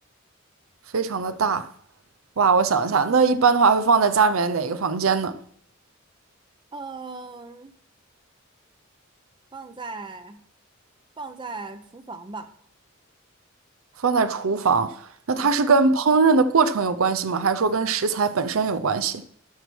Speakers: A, on the right (about 70°); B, on the right (about 25°).
A: 非常的大。哇，我想一下，那一般的话会放在家里面哪个房间呢？
B: 嗯、放在放在厨房吧，
A: 放在厨房。那它是跟烹饪的过程有关系吗？
B: 嗯
A: 还是说跟食材本身有关系？